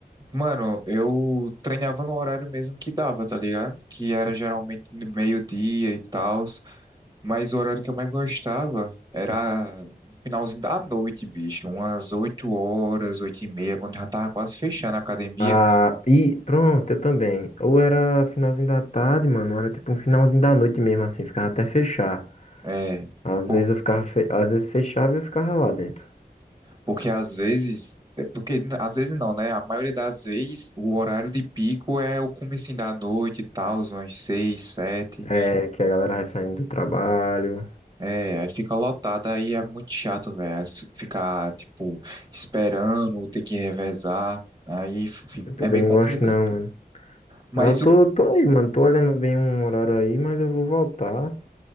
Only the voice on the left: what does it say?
Ah, e pronto, eu também. Ou era finalzinho da tarde, mano, ou era tipo um finalzinho da noite mesmo, assim, ficava até fechar.
Às
vezes eu ficava, fe... às vezes fechava e eu ficava lá dentro.
É, que a galera vai saindo do trabalho.
Eu também
não
gosto não, mano.
Ah, eu tô,
tô aí, mano, tô olhando bem um horário aí, mas eu vou voltar.